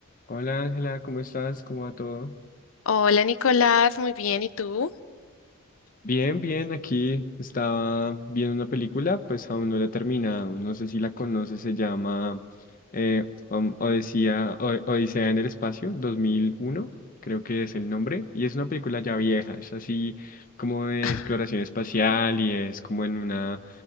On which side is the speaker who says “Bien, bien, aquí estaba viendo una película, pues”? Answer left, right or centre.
Left